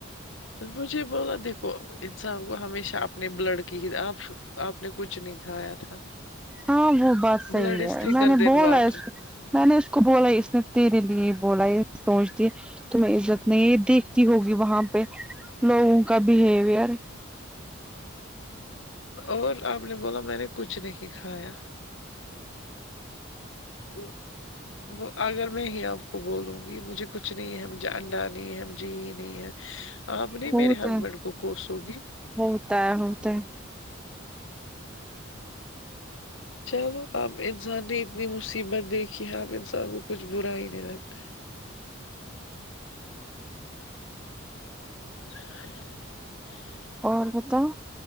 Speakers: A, on the left (about 70°); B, in the centre.
A: مجھے بولا دیکھو انسان کو ہمیشہ اپنے بلڈ کی ہی راہ آپ نے کچھ نہیں کھایا تھا
B: ہاں وہ بات صحیح
A: بلڈ از
B: ہے
A: تھکر
B: میں نے
A: دین
B: بولا
A: واٹر
B: اس کو میں نے اس کو بولا اس نے تیرے لیے بولا یہ سوچ تی تمہیں عزت نہیں دیکھتی ہوگی وہاں پہ لوگوں کا بیہیویر
A: اور آپ نے بولا میں نے کچھ نہیں کھایا ہوں <inaudible> وہ اگر میں ہی آپ کو بولوں گی مجھے کچھ نہیں ہے مجھے انڈا نہیں ہے مجھے یہ نہیں ہے آپ نہیں
B: ہوتا
A: میرے ہسبینڈ
B: ہے
A: کو کوسوگی
B: ہوتا ہے ہوتا ہے
A: چلو اب انسان نے اتنی مصیبت دیکھی ہے اب انسان کو کچھ برا ہی نہیں لگتا <inaudible>
B: اور بتاؤ